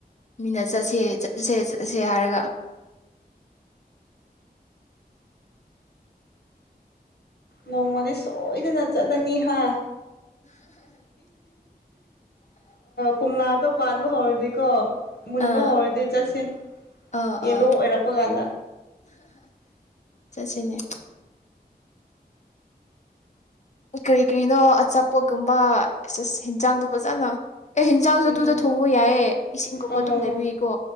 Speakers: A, on the left; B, on the left.
A: ꯃꯤꯅꯥ ꯆ ꯁꯦꯆ ꯁꯦ ꯑ ꯁꯦ ꯍꯥꯏꯔꯒ
B: ꯅꯣꯡꯃꯗꯤ ꯁꯣꯏꯗꯅ ꯆꯠꯂꯅꯤ ꯍꯥ ꯀꯃꯂꯥꯗ ꯄꯥꯟꯕꯕ ꯍꯧꯔꯗꯤ ꯀ ꯃꯨꯟꯕ
A: ꯑꯥ
B: ꯍꯧꯔꯗꯤ ꯆꯠꯁꯦ
A: ꯑꯥ
B: ꯌꯦꯂꯣ
A: ꯑꯥ
B: ꯑꯣꯏꯔꯛꯄ ꯀꯥꯟꯗ
A: ꯆꯠꯁꯤꯅꯦ ꯀꯔꯤ ꯀꯔꯤꯅꯣ ꯑꯆꯥꯄꯣꯠꯀꯨꯝꯕ ꯆꯁ ꯌꯦꯟꯖꯥꯡꯗꯣ ꯐꯖꯅ ꯑꯦ ꯍꯤꯟꯖꯥꯡꯁꯨ
B: ꯎꯝ
A: ꯑꯗꯨꯗ ꯊꯣꯡꯕ ꯌꯥꯏꯌꯦ ꯏꯁꯤꯡꯒꯨꯝꯕ
B: ꯑꯣ
A: ꯑꯗꯨꯝ ꯂꯩꯕꯒꯤꯀꯣ